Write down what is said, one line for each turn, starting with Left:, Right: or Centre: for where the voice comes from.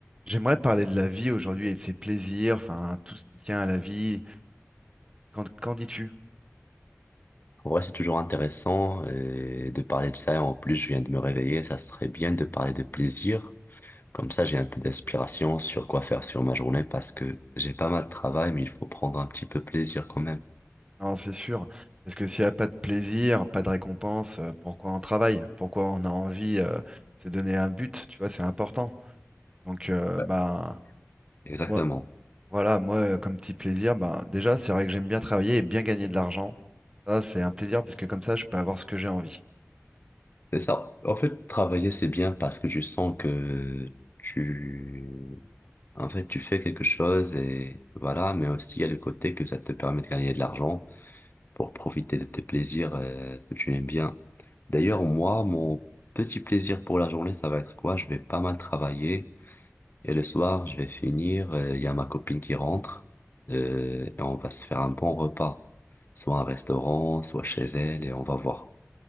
Right: J'aimerais parler de la vie aujourd'hui et de ses plaisirs, enfin tout ce qui tient à la vie. Qu'en qu'en dis-tu?
Left: En vrai, c'est toujours intéressant euh, de parler de ça. En plus, je viens de me réveiller. Ça serait bien de parler de plaisir. Comme ça, j'ai un peu d'inspiration sur quoi faire sur ma journée parce que j'ai pas mal de travail, mais il faut prendre un petit peu plaisir quand même.
Right: Non, c'est sûr. Parce que s'il n'y a pas de plaisir, pas de récompense, euh, pourquoi on travaille? Pourquoi on a envie euh, de se donner un but, tu vois, c'est important. Donc euh,
Left: Ouais,
Right: bah
Left: exactement.
Right: moi voilà, moi euh, comme petit plaisir, bah, déjà c'est vrai que j'aime bien travailler et bien gagner de l'argent. Ça, c'est un plaisir parce que comme ça, je peux avoir ce que j'ai envie.
Left: C'est ça. En fait, travailler, c'est bien parce que je sens que tu, en fait, tu fais quelque chose et voilà, mais aussi il y a le côté que ça te permet de gagner de l'argent. pour profiter de tes plaisirs euh, que tu aimes bien. D'ailleurs, moi, mon petit plaisir pour la journée, ça va être quoi? Je vais pas mal travailler et le soir, je vais finir. euh, Il y a ma copine qui rentre euh, et on va se faire un bon repas, soit un restaurant, soit chez elle et on va voir.